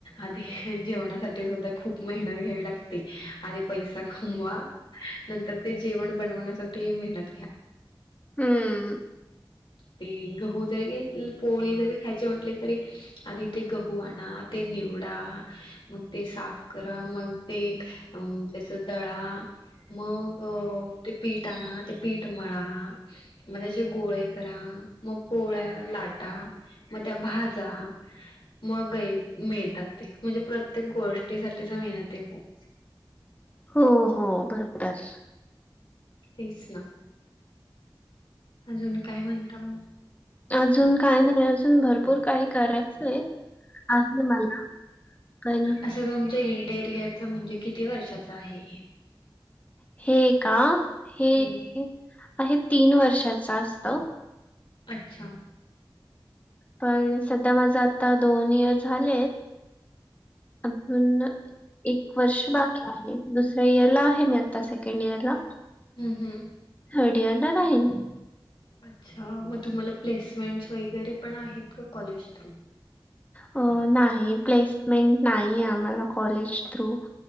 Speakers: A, on the left (about 80°); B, on the left (about 15°).
A: आधी जेवणासाठी सुद्धा खूप मेहनत घ्यावी लाग ते, आधी पैसा कमवा नंतर ते जेवण बनवण्यासाठी मेहनत घ्या.
B: हम्म.
A: ते गहू जरी घेत पोळी जरी खायची म्हटली तरी आधी ते गहू आणा, ते निवडा, मग ते साफ करा, मग ते अ त्याच दळा, मग ते पीठ आणा, ते पीठ मळा, म त्याचे गोळे करा, मग पोळ्या लाटा, मग त्या भाजा, मग मिळतात ते म्हणजे प्रत्येक गोष्टीसाठीच मेहनत आहे खूप.
B: हो हो, बरोबर.
A: तेच ना आजून काय म्हणता मग?
B: आजून काय नाही, आजून भरपूर काही करायचंय हे आहे मला. पण
A: असं तुमच्या इंटेरियरच म्हणजे किती वर्षाच आहे हे?
B: हे का? हे
A: हम्म
B: आहे तीन वर्षाच असत.
A: अच्छा
B: पण सध्या माझ आता दोन इयर झालेत, आजून एक वर्ष बाकी आहे, दुसऱ्या इयरला आहे मी आता सेकंड इयर ला.
A: ह ह
B: थर्ड इयरला जाईन.
A: अच्छा तुम्हाला प्लेसमेंटस वगैरे पण आहेत का? College through?
B: अ नाही प्लेसमेंट नाही आम्हाला कॉलेज थ्रू.